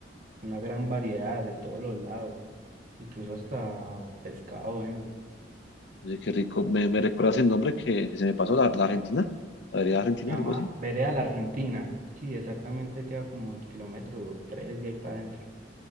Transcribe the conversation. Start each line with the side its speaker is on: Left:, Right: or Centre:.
Right: una gran variedad de todos los lados, incluso hasta pescado vende.
Left: Oye, qué rico. ¿Me, me recuerdas el nombre que, que se me pasó? ¿La, la Argentina? ¿La vereda Argentina?
Right: Se Llama
Left: ¿Algo así?
Right: Vereda la Argentina. Sí, exactamente queda como el kilómetro 3 y ahí para adentro.